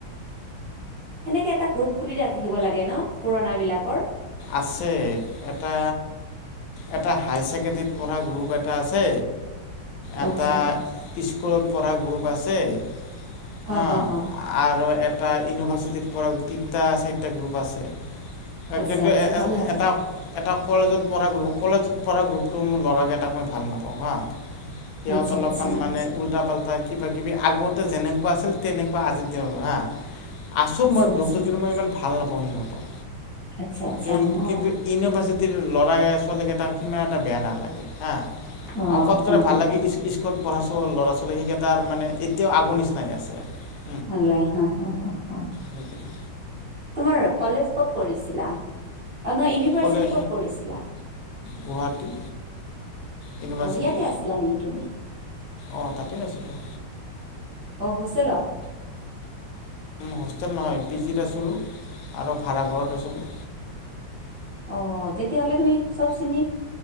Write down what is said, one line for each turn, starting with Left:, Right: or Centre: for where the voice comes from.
Right: সেনেকৈ এটা গ্ৰুপ খুলি ৰাখিব লাগে ন পুৰণাবিলাকৰ।
Left: আছে এটা এটা হায়াৰ ছেকেণ্ডেৰীত পঢ়া গ্ৰুপ এটা আছে এটা
Right: আচ্ছা
Left: স্কুলত পঢ়া গ্ৰুপ আছে অ'।
Right: হ হ হ
Left: আৰু এটা ইউনিভাৰ্চিটিৰ পৰা তিনিটা চাৰিটা গ্ৰুপ আছে।
Right: আচ্ছা
Left: কিন্তু
Right: আচ্ছা ভাল লাগে
Left: এটা এটা কলেজত পঢ়া গ্ৰুপ কলেজত পঢ়া গ্ৰুপটো মোৰ ল'ৰাকে এটাক মই ভাল নাপাওঁ হা। সিহঁত
Right: আচ্ছা
Left: অলপমান
Right: আচ্ছা
Left: মানে উল্টা পাল্টা কিবা কিবি আগতে যেনেকুৱা আছিল তেনেকুৱা আজিৰ দিনটো হা। আছোঁ
Right: আচ্ছা
Left: মই
Right: আচ্ছা
Left: গ্ৰুপটোত কিন্তু ইমান ভাল নাপাওঁ সিহঁতক।
Right: আচ্ছা আচ্ছা
Left: কি
Right: অ
Left: কিন্তু ইউনিভাৰ্চিটিৰ ল'ৰাকেই ছোৱালীকেইতাক সিমান এটা বেয়া নালাগে হা।
Right: অ
Left: আৰু ফতকৈ
Right: হা
Left: ভাল
Right: হা
Left: লাগে স্কু-স্ক পঢ়া ল'ৰা ছোৱালী সেইকেইটাৰ মানে এতিয়াও আগৰ নিচিনাই আছে আৰু।
Right: নালাগে হা হা হা।
Left: সেইটোয়ে।
Right: তোমাৰ কলেজ ক'ত কৰিছিলা? অ', নহয় ইউনি ভাৰচিতি
Left: ক'লে
Right: ক'ত কৰিছিল? অ',
Left: গুৱাহাটী ইউনিভাৰ্চিটি
Right: ইয়াতে আছিলা নেকি তুমি?
Left: অঁ তাতে আছিলোঁ
Right: অ', হোষ্টেলত।
Left: হোষ্টেল নহয় পি জিত আছিলো আৰু ভাড়াঘৰত আছিলো।
Right: অ', তেতিয়াহ'লে তুমি চব চিনি